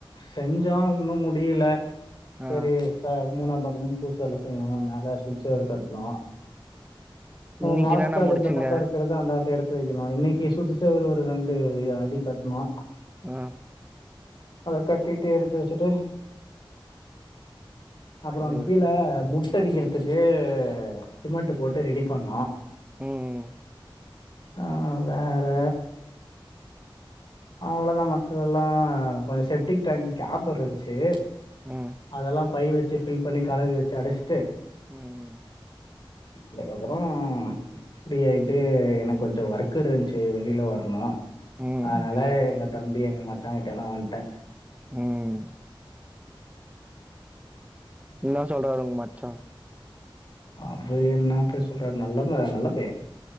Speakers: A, on the left (about 55°); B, on the right (about 15°).
A: செஞ்சோ இன்னு முடியல செரி
B: ஆ
A: ச மூணா பக்கமு பூசு வேல செய்ணு மேல சுத் செவுரு கட்னோ
B: இன்னைக்கு
A: உ வாஸ்கால்
B: என்னன்னா முடிச்சீங்க
A: இந்த பக்கோ இருக்றது தா அந்த ஆட்ட எடுத்து வெக்கணு இன்னைக்கு சுத்து செவுரு ஒரு ரெண்டு யா அடி கட்னோ
B: ஆ
A: அத கட்டிட்டு எடுத்து வெச்சிட்டு அப்றோ
B: ம்
A: கீழ முட்டடிக்கிறதுக்கு சிமெண்ட் போட்டு ரெடி பண்ணோ
B: ம்
A: ஆ வே ற அவ்ளதா மத்ததெல்லா கொஞ்ச செப்டிக் டேங்க் கேப் இருந்ச்சு
B: ம்
A: அதெல்லா பை வெச்சு ஃபில் பண்ணி கலவி வெச்சு அடச்சிட்டு
B: ம்
A: அதுக்கப்றோ ஃப்ரீ ஆயிட்டு எனக் கொஞ்ச ஒர்க் இருந்ச்சு வெளில வர்ணு
B: ம்
A: அலே எங்க தம்பி எங்க மச்சாங்கிட்ட எல்லா வந்ட்டே
B: ம் என்னா சொல்றாரு உங் மச்சா
A: அவ்ரு என்னா போய் சொல்றாரு நல்லவ்ங்க நல்ல பையே